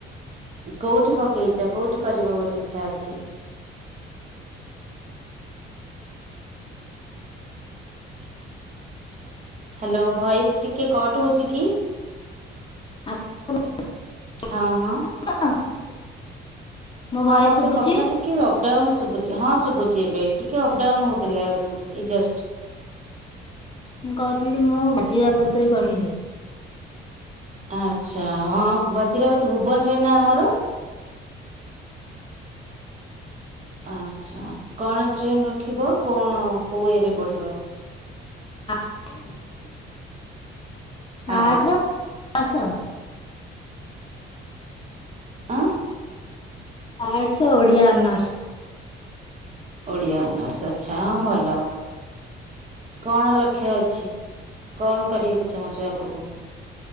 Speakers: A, on the right (about 35°); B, on the left (about 25°).
A: କୋଉଠି ପ- ପକେଇଚ କୋଉଠି କରିବ ବୋଲି ଇଚ୍ଛା ଅଛି? ହ୍ୟାଲୋ ଭଏସ ଟିକେ କଟ ହଉଚିକି?
B: <unintelligible>
A: ହଁ।
B: <unintelligible>
A: ହଁ
B: ମୋ
A: ହଁ
B: ଭଏସ
A: ମତେ
B: ଶୁଭୁଛି
A: କଥା ଟିକେ ଅପଡାଉନ ଶୁଭୁଛି ହଁ ଶୁଭୁଛି ଏବେ। ଟିକେ ଅପଡାଉନ ହଉଥିଲା ଏଇ ଜଷ୍ଟ।
B: ମୁଁ କହୁଥିଲି ମୁଁ <unintelligible> ବାଉତରେ ପଢିବି।
A: ଆଚ୍ଛା ହଁ ବାଜିରାଉତ ଭୁବନ ରେ ନା ଆମର? ଆଛା କଣ ଷ୍ଟ୍ରିମ୍ ରଖିବ କଣ କୋଉ ଇଏରେ ପଢିବ?
B: <inaudible>
A: ଆର୍ଟସ
B: ଆର୍ଟ୍ସନା <unintelligible>
A: ଆଁ
B: arts Odia honours.
A: Odia honours ଆଚ୍ଛା ହଁ ଭଲ। କଣ ଲକ୍ଷ୍ୟ ଅଛି କଣ କରିବାକୁ ଚାହୁଁଛ ଆଗକୁ?